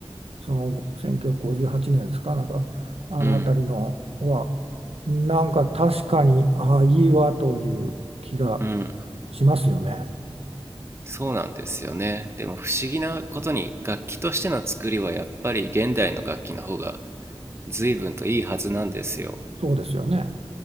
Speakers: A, on the right; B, on the right.
A: その1958年ですか、なんかあの辺りのは、
B: うん
A: なんか確かに、ああ、いいわという気が
B: うん
A: しますよね。
B: そうなんですよねでも不思議なことに楽器としての作りはやっぱり現代の楽器の方が随分といいはずなんですよ。
A: そうですよね。